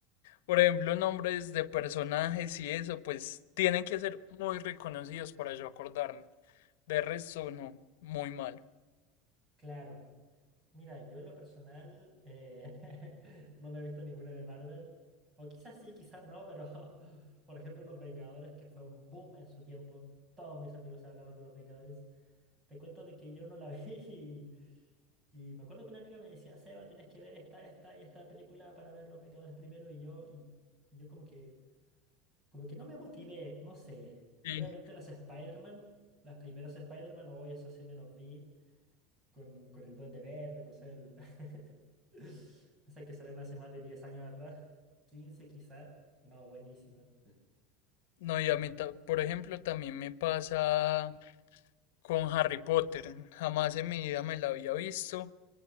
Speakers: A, on the left; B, on the right.
A: por ejemplo, nombres de personajes y eso, pues tienen que ser muy reconocidos para yo acordarme. De resto, no, muy mal.
B: Claro. Mira, yo en lo personal eh, <laughs> no me he visto ninguna de Marvel. O quizás sí, quizás no, pero <laughs> por ejemplo Los Vengadores, que fue un boom en su tiempo. Todos mis amigos hablaban de Los Vengadores. Te cuento de que yo no la <laughs> vi y, y me acuerdo que una amiga me decía, Seba, tienes que ver esta, esta y esta película para ver Los Vengadores primero. Y yo, y, y yo como que, como que no me motivé, no sé.
A: Sí.
B: Obviamente las Spider-Man, las primeras Spider-Man, hoy eso sí me los vi con, con el Duende Verde, no sé, el... <laughs> esas que salieron hace más de 10 años atrás, 15 quizá, no, buenísima.
A: No, y a mí, ta- por ejemplo, también me pasa con Harry Potter. Jamás en mi vida me la había visto.